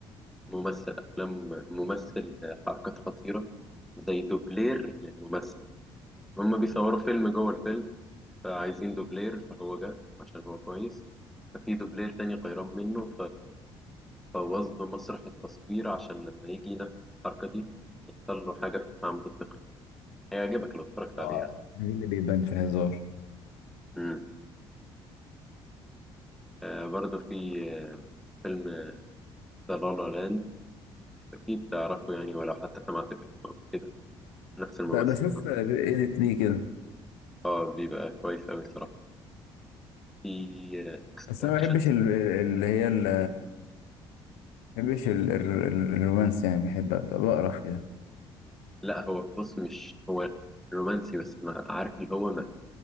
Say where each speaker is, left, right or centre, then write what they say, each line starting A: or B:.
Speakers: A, in the centre; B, on the left (about 80°).
A: ممثل أفلام ممثل حركات خطيرة زي دوبلير للممثل هما بيصوروا فيلم جوه الفيلم فعايزين دوبلير فهو جه عشان هو كويس ففي دوبلير تاني غيران منه فبوظ له مسرح التصوير عشان لما يجي ينفذ الحركة دي يحصل له حاجة في عمود الفقري هيعجبك لو اتفرجت
B: اه
A: عليه يعني.
B: ايه اللي بيبان في الهزار
A: مم. آه برضه في آه، فيلم ذا لا لا لاند أكيد تعرفه يعني ولو حتى سمعت باسمه قبل كده نفس الممثل
B: ده ده شوف ايديت ليه كده
A: اه بيبقى كويس أوي الصراحة في اكستراكشن
B: بس انا ما بحبش ال- ال- اللي هي ال- ما بحبش ال- ال- ال- الرومانس يعني بحب ابقى بقرف كده
A: لا هو بص مش هو رومانسي بس ما عارف اللي هو ما